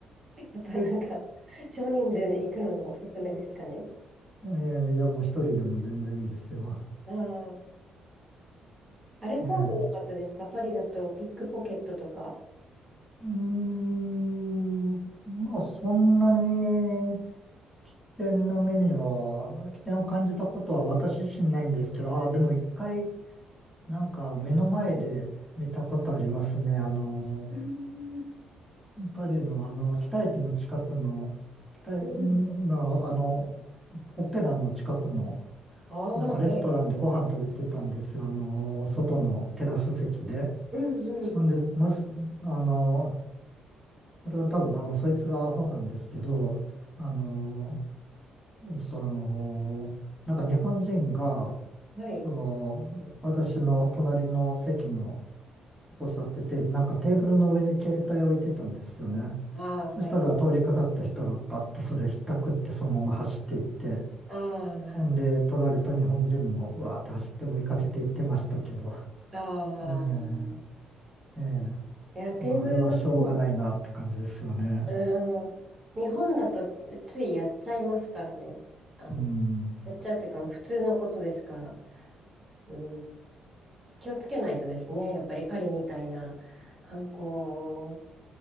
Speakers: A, on the right; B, in the centre.
A: っぱなんか、少人数で行くのがおすすめですかね。
B: <laughs> ええ、いや、もう一人でも全然いいですよ。
A: ああ、あれ怖くなかったですかパリだとピックポケットとか。
B: ええ、うーん、まあ、そんなに危険な目には、危険を感じたことは私自身ないんですけど、ああでも一回、なんか目の前で見たことありますね。あの、
A: うーん、
B: パリのあの、北駅の近くの、北駅のあの、
A: うん、
B: オペラの近くの、
A: ああ、
B: なんかレストランでご飯食べてたんですよ。
A: はい。
B: あの、外のテラス席で。
A: うん、うん。
B: ほんで、なす、あの、それは多分、あの、そいつがアホなんですけど、あの、えっと、あの、なんか日本人が、
A: はい。
B: その、私の隣の席の、こう座ってて、なんかテーブルの上に携帯置いてたんですよね。
A: ああ、
B: そしたら通りかかった人がバッてそれひったくってそのまま走っていって、
A: はい。あ
B: ほんで取られた日本人もうわーって走って追いかけていってましたけど、
A: あ、ああ。
B: ねえ、ええ、
A: いや、テーブルの上に、
B: まああれはしょうがないなって感じですよね。
A: うん。日本だとついやっちゃいますからね。あの、
B: うん。
A: やっちゃうというか、普通のことですから。うん。気をつけないとですね。やっぱりパリみたいな観光